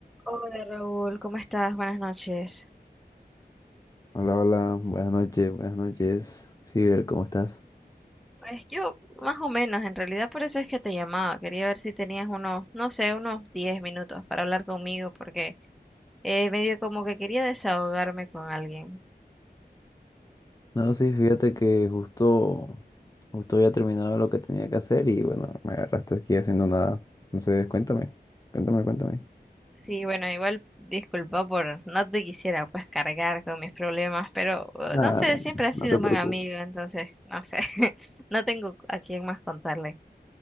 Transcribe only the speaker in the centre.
Hola Raúl, ¿cómo estás? Buenas noches.
Pues yo, más o menos, en realidad por eso es que te llamaba. Quería ver si tenías unos, no sé, unos 10 minutos para hablar conmigo, porque eh, medio como que quería desahogarme con alguien.
Sí, bueno, igual disculpa por no te quisiera pues cargar con mis problemas, pero eh,
no sé, siempre has sido
un
buen amigo, entonces, no sé, <laughs> no tengo a quién más contarle.